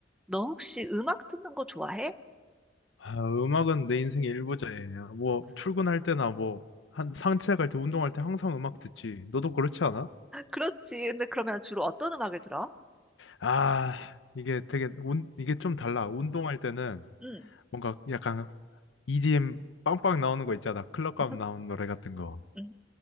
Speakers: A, in the centre; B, on the left.
A: 너 혹시 음악 듣는 거 좋아해?
B: 아, 음악은 내 인생의 일부자예요. 뭐 출근할 때나 뭐 한 산책할 때 운동할 때 항상 음악 듣지. 너도 그렇지 않아?
A: <laughs> 그렇지. 근데 그러면 주로 어떤 음악을 들어?
B: 아, 이게 되게 운 이게 좀 달라. 운동할 때는
A: 응,
B: 뭔가 약간 EDM 빵빵 나오는 거 있잖아. 클럽 가면
A: <laughs>
B: 나오는 노래 같은 거.
A: 음,